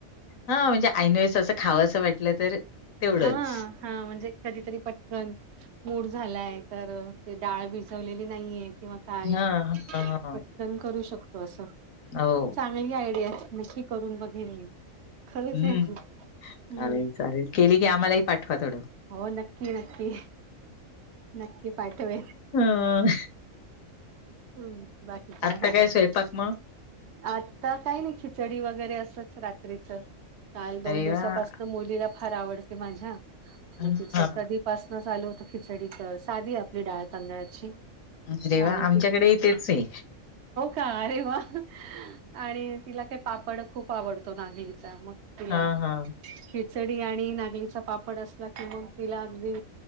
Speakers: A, on the left; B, on the right.
A: हा म्हणजे आयीनवेळेस असं खावसं वाटलं तर, तेवढंच.
B: हा हा म्हणजे कधीतरी पटकन. मूड झालाय तर ते डाळ भिजवलेली नाहीये किंवा काय
A: हां,
B: पटकन
A: हां, हां.
B: करू शकतो असं.
A: हो.
B: पण चांगली आयडिया नक्की करून बघेन मी. खरंचये
A: हं.
B: हम्
A: चालेल, चालेल. केली की आम्हालाही पाठवा थोडं.
B: हो नक्की नक्की, नक्की पाठवेन.
A: हं.
B: हम् बाकी काय
A: आत्ता
B: म्हणतात?
A: स्वयंपाक मग?
B: आता काही नाही खिचडी वगैरे असंच रात्रीच. काल दोन
A: अरे
B: दिवसापासन
A: वाह!
B: मुलीला फार आवडते माझ्या,
A: हां.
B: मग तिच कधी पासन चालू होतं खिचडी कर साधी आपली डाळ तांदळाची.
A: अरे वा
B: आणि
A: आमच्याकडेही तेचे.
B: ह अरे वा आणि तिला काही पापड खूप आवडतो नागलीचा मग तुला
A: हां, हां.
B: खिडचडी आणि ना गलीचा पापड असला कि मग तिला अगदी